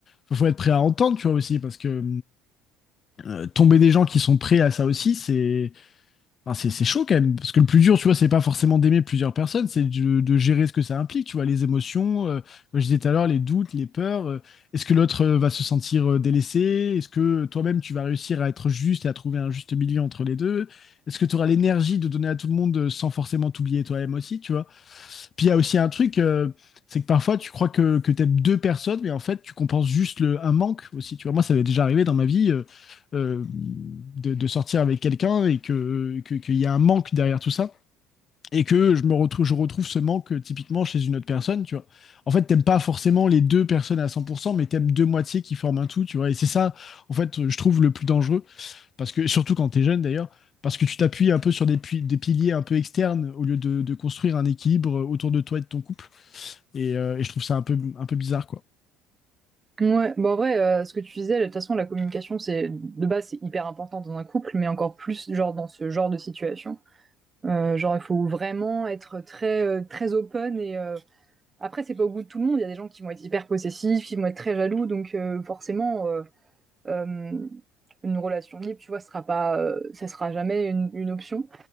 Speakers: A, on the left; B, on the right.
A: faut, faut être prêt à entendre, tu vois aussi, parce que euh, tomber des gens qui sont prêts à ça aussi, c'est Enfin, c'est c'est chaud quand même, parce que le plus dur, tu vois, c'est pas forcément d'aimer plusieurs personnes, c'est de, de gérer ce que ça implique, tu vois, les émotions, euh, comme je disais tout à l'heure, les doutes, les peurs. euh, est-ce que l'autre euh, va se sentir euh, délaissé? Est-ce que toi-même, tu vas réussir à être juste et à trouver un juste milieu entre les deux? Est-ce que tu auras l'énergie de donner à tout le monde euh, sans forcément t'oublier toi-même aussi, tu vois? Puis il y a aussi un truc, euh, c'est que parfois tu crois que, que tu aimes deux personnes, mais en fait tu compenses juste le, un manque aussi. Tu vois, moi ça m'est déjà arrivé dans ma vie euh, euh, de, de sortir avec quelqu'un et que, que, qu'il y a un manque derrière tout ça. Et que je me retrouve, je retrouve ce manque euh, typiquement chez une autre personne, tu vois. En fait, t'aimes pas forcément les deux personnes à 100%, mais t'aimes deux moitiés qui forment un tout, tu vois. Et c'est ça, en fait, euh, je trouve le plus dangereux, parce que surtout quand t'es jeune d'ailleurs, parce que tu t'appuies un peu sur des, pu- des piliers un peu externes au lieu de, de construire un équilibre euh, autour de toi et de ton couple. Et, euh, et je trouve ça un peu, un peu bizarre, quoi.
B: ouais bon en vrai euh, ce que tu disais de toute façon la communication c'est de base c'est hyper important dans un couple mais encore plus genre dans ce genre de situation Euh, genre, il faut vraiment être très euh, très open et euh, après c'est pas au goût de tout le monde. Il y a des gens qui vont être hyper possessifs, ils vont être très jaloux, donc euh, forcément euh, euh, une relation libre, tu vois, sera pas, euh, ça sera jamais une, une option.